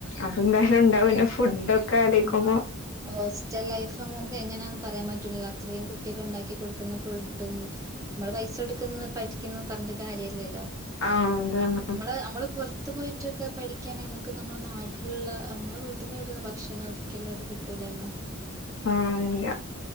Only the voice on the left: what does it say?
അതെന്തായാലും ഇണ്ടാവെല്ലോ ഫുഡ്ഡാെക്കെ ആലോയ്ക്കുമ്പം
ആഹ് എന്താണ്
ആഹ് ഇല്ല,